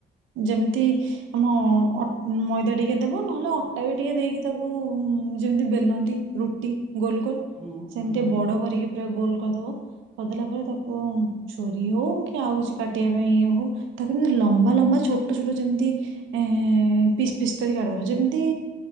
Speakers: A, on the right; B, in the centre.
A: ଯେମିତି ଆମ ଅଟ୍ ମଇଦା ଟିକେ ଦେବ ନହେଲେ ଅଟା ବି ଟିକେ ଦେଇକି ତାକୁ। ଯେମତି ବେଲନ୍ତି ରୁଟି ଗୋଲ ଗୋଲ
B: ହୁଁ
A: ସେମିତି
B: ହୁଁ ହୁଁ
A: ବଡ କରିକି ପୁରା ଗୋଲ କରିଦବ କରିଦେଲା ପରେ ତାକୁ ଛୁ ରିଓ <unintelligible> କି ଆଉ କିଛି କାଟିବା ପାଇଁ ହଉ ତାକୁ ଏମିତି ଲମ୍ବା ଲମ୍ବା ଛୋଟ ଛୋଟ ଯେମିତି ଏ ପିସ୍ ପିସ୍ କରି କାଟିିଦବ ଯେମିତି